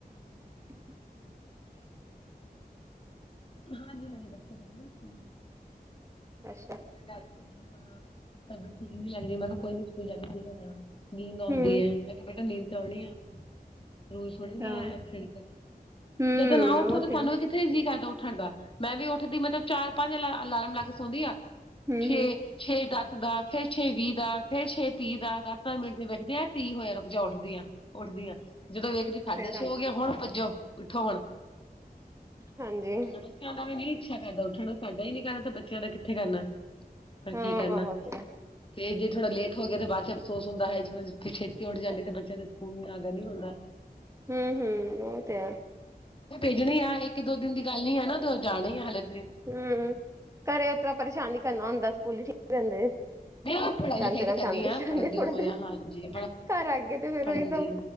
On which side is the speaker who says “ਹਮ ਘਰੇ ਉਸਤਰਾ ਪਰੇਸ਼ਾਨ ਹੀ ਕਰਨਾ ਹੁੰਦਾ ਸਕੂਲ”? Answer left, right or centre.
Right